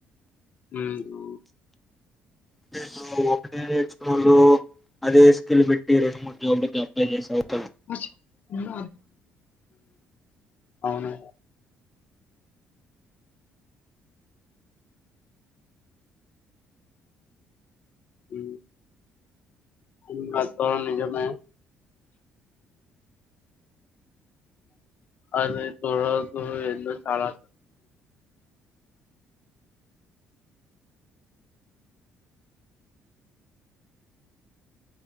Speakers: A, on the left (about 55°); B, in the centre.
A: ఉమ్
B: అంటే ఇప్పుడు ఒకటే నేర్చుకోనీ అదే స్కిల్ పెట్టి రెండు మూడు జాబ్ లకి అప్లై చేసావా
A: ఉమ్ అవును ఉమ్ ఉమ్ అది కూడా నిజమే అది కూడా రెండు చాలా